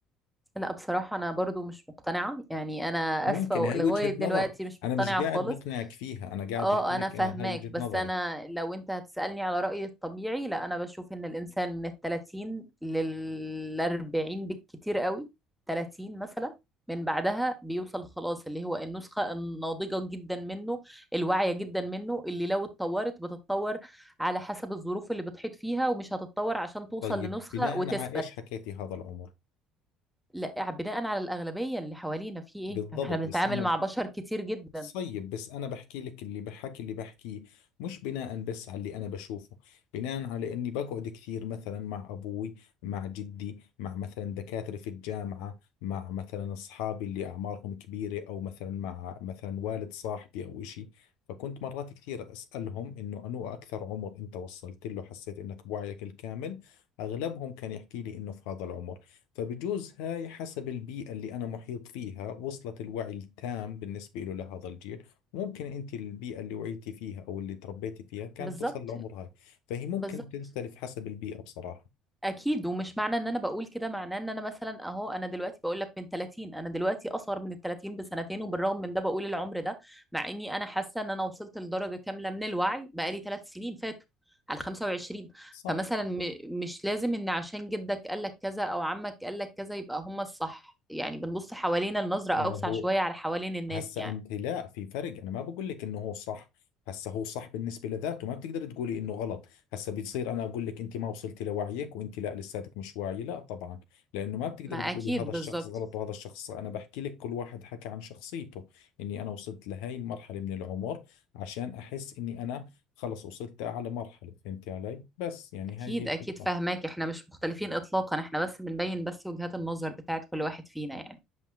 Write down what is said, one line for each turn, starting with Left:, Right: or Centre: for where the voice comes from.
Centre: لا بصراحة أنا برضو مش مقتنعة يعني أنا
Left: ممكن
Centre: آسفة
Left: هاي
Centre: لغاية
Left: وجهة
Centre: دلوقتي
Left: نظر
Centre: مش
Left: انا
Centre: مقتنعة
Left: مش قاعد
Centre: خالص
Left: بقنعك فيها انا قاعد
Centre: اه
Left: بحكي لك
Centre: أنا فاهماك
Left: انا هاي وجهة
Centre: بس
Left: نظري
Centre: أنا لو أنت هتسألني على رأيي الطبيعي لا أنا بشوف إن الإنسان من التلاتين للأربعين بالكتير قوي تلاتين مثلا من بعدها بيوصل خلاص اللي هو النسخة الناضجة جدا منه الواعية جدا منه اللي لو اتطورت بتتطور على حسب الظروف اللي بتحيط فيها ومش هتتطور عشان توصل
Left: طيب
Centre: لنسخة
Left: بناء
Centre: وتثبت
Left: على ايش حكيتي هذا العمر
Centre: لا بناء على الأغلبية اللي حوالينا في ايه
Left: بالضبط
Centre: يعني احنا بنتعامل
Left: بس انا
Centre: مع بشر كتير جدا
Left: طيب بس أنا بحكي لك اللي بحكي اللي بحكيه مش بناء بس على اللي أنا بشوفه بناء على إني بقعد كثير مثلا مع أبوي مع جدي مع مثلا دكاترة في الجامعة مع مثلا أصحابي اللي أعمارهم كبيرة أو مثلا مع مثلا والد صاحبي أو إشي فكنت مرات كثير أسألهم إنه أنو أكثر عمر أنت وصلت له حسيت إنك بوعيك الكامل أغلبهم كان يحكي لي إنه في هذا العمر فبجوز هاي حسب البيئة اللي أنا محيط فيها وصلت الوعي التام بالنسبة له لهذا الجيل ممكن أنت البيئة اللي وعيتي فيها أو اللي تربيتي فيها كانت
Centre: بالظبط
Left: تصل لعمر هاي فهي ممكن
Centre: بالظبط
Left: تختلف حسب البيئة بصراحة
Centre: اكيد ومش معنى ان انا بقول كده معناه ان انا مثلا اهو انا دلوقتي بقول لك من 30 انا دلوقتي اصغر من ال 30 بسنتين وبالرغم من ده بقول العمر ده مع اني انا حاسة ان انا وصلت لدرجة كاملة من الوعي بقالي ثلاث سنين فاتوا على 25
Left: صح
Centre: فمثلا م- مش لازم ان عشان جدك قال لك كذا او عمك قال لك كذا يبقى هم الصح يعني بنبص حوالينا النظرة اوسع
Left: ما هو
Centre: شوية على حوالين الناس
Left: هسا
Centre: يعني
Left: انت لا في فرق انا ما بقول لك انه هو صح هسا هو صح بالنسبه لذاته ما بتقدر تقولي انه غلط هسا بتصير انا اقول لك انت ما وصلتي لوعيك وانت لا لساتك مش واعي لا طبعا لانه ما بتقدر
Centre: ما اكيد
Left: تقولي هذا الشخص
Centre: بالظبط
Left: غلط وهذا الشخص صح. انا بحكي لك كل واحد حكى عن شخصيته اني انا وصلت لهي المرحله من العمر عشان احس اني انا خلص وصلت لاعلى مرحله فهمتي علي بس يعني
Centre: اكيد
Left: هاي هي الفكره
Centre: اكيد فاهماك احنا مش مختلفين اطلاقا احنا بس بنبين بس وجهات النظر بتاعت كل واحد فينا يعني